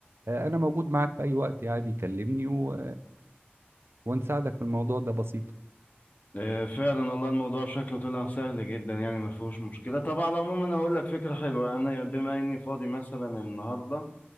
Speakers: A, on the right (about 75°); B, on the left (about 45°).
A: آه، انا موجود معاك في اي وقت عادي كلمني و... ونساعدك في الموضوع ده بسيط
B: اه، فعلا والله الموضوع شكله طلع سهل جدا يعني ما فيهوش مشكلة طب على العموم انا هقول لك فكرة حلوة انا بما اني فاضي مثلا النهاردة